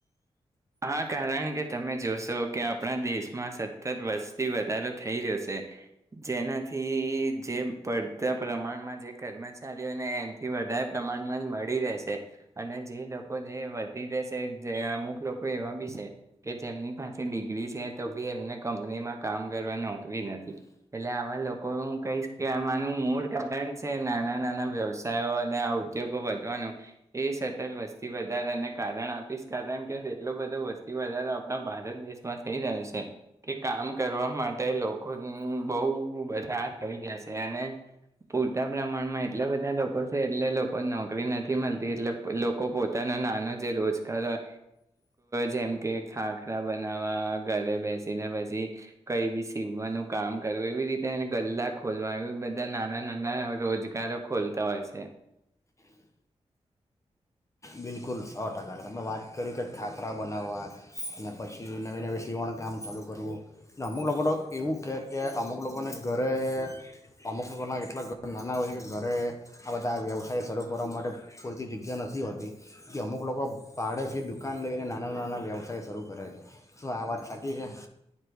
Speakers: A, on the right (about 25°); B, on the left (about 25°).
A: હા કારણ કે તમે જોશો કે આપણા દેશમાં સતત વર્ષથી વધારો થઈ રહ્યો છે જેના થી જેમ પડ પ્રમાણમાં જે કર્મચારીઓને એથી વધારે પ્રમાણમાં મળી રહેશે અને જે લોકો જે વધી રહેશે જે અમુક લોકો એવા બી છે કે જેમની પાસે ડિગ્રી છે તો બી એમને કંપનીમાં કામ કરવા નોકરી નથી એટલે આવા લોકો હું કહીશ કે આમાંનું મૂળ કારણ છે નાના નાના વ્યવસાયો અને આ ઉદ્યોગો વધવાનું એ સતત વસ્તી વધાર એને કારણ આપીશ કારણ કે એટલો બધ વસ્તી વધારો આપણા ભારત દેશમાં થઈ રહ્યો છે કે કામ કરવા માટે લોકો બહુ બધા થઈ જ છે અને પૂરતા પ્રમાણમાં એટલા બધા લોકો છે એટલે લોકો નોકરી નથી મળતી એટલે લોકો પોતાનો નાનો જે રોજગાર હોય જેમ કે ખાખરા બનાવવા ઘરે બેસીને પછી કઈ બી સીવવાનું કામ કરવું એવી રીતે ગલ્લા ખોલવા એ બધા નાના નાના રોજગારો ખોલતા હોય છે
B: બિલકુલ સો ટકા તમે વાત કરી કે ખાખરા બનાવવા અને પછી નવી નવી સીવણકામ ચાલું કરવું અમુક લોકો તો એવું કહે કે અમુક લોકોને ઘરે અમુક લોકોના એટલા ઘ નાના હોય છે કે ઘરે આ બધા વ્યવસાય ચાલ કરવા માટે પૂરતી જગ્યા નથી હોતી કે અમુક લોકો પાડેથી દુકાન લઈને નાના નાના વ્યવસાય શરૂ કરે છે શું આ વાત સાચી છે